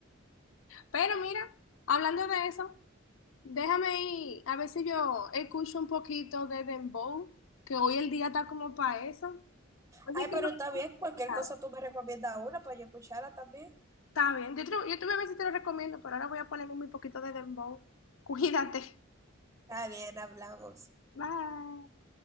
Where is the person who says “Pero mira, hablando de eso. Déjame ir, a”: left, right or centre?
Left